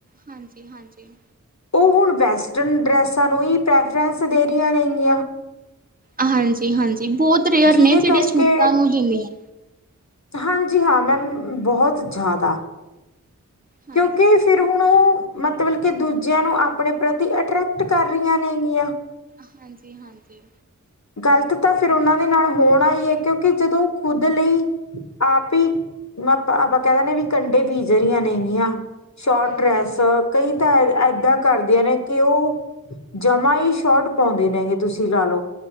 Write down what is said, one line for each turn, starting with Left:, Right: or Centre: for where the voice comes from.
Right: ਹਾਂਜੀ-ਹਾਂਜੀ।
Left: ਉਹ ਹੁਣ, ਵੈਸਟਰਨ ਡਰੈਸਾਂ ਨੂੰ ਹੀ ਪ੍ਰੈਫਰੈਂਸ ਦੇ ਰਹੀਆਂ ਨੇਗੀਆਂ।
Right: ਹਾਂਜੀ-ਹਾਂਜੀ, ਬਹੁਤ ਰੇਅਰ
Left: ਜਿਹਦੇ
Right: ਨੇ ਜਿਹੜੀ
Left: ਕਰਕੇ
Right: ਸੂਟਾਂ ਨੂੰ ਦਿੰਦੀ ਆ।
Left: ਹਾਂਜੀ ਹਾਂ, ਮੈਮ ਬਹੁਤ ਜ਼ਿਆਦਾ,
Right: ਹਾਂਜੀ
Left: ਕਿਉਂਕਿ ਫਿਰ ਫੇਰ ਹੁਣ ਉਹ, ਮਤਲਬ ਕਿ ਦੂਜਿਆਂ ਨੂੰ ਆਪਣੇ ਪ੍ਰਤੀ, ਅਟਰ੍ਰੈਕਟ ਕਰ ਰਹੀਆਂ ਨੇਗੀਆਂ।
Right: ਹਾਂਜੀ-ਹਾਂਜੀ।
Left: ਗ਼ਲਤ ਤਾਂ, ਫਿਰ ਉਹਨਾਂ ਦੇ ਨਾਲ ਹੋਣਾ ਹੀ ਹੈ। ਕਿਉਂਕਿ ਜਦੋਂ ਖੁਦ ਲਈ ਆਪ ਹੀ ਆਪਾਂ ਕਹਿ ਦਿੰਦੇ ਵੀ, ਕੰਢੇ ਬੀਜ ਰਹੀਆਂ ਨੇਗੀਆਂ। ਸ਼ੋਟ
Right: ਹਾਂਜੀ
Left: ਡਰੈਸ,
Right: ਹਾਂ
Left: ਕਈ ਤਾਂ ਏਦਾਂ ਕਰਦੀਆਂ ਨੇ ਕਿ ਉਹ ਜਮਾ ਹੀ ਸ਼ੋਰਟ ਪਾਉਂਦੇ ਨੇਗੇ, ਤੁਸੀਂ ਲਾ ਲਓ।